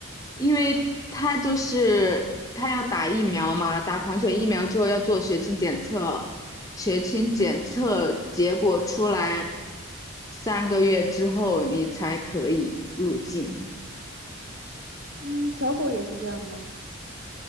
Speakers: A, on the left (about 15°); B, on the right (about 50°).
A: 因为他就是他要打疫苗嘛，打狂犬疫苗之后要做血清检测，血清检测结果出来三个月之后你才可以入境，
B: 嗯，小狗也是这样吗？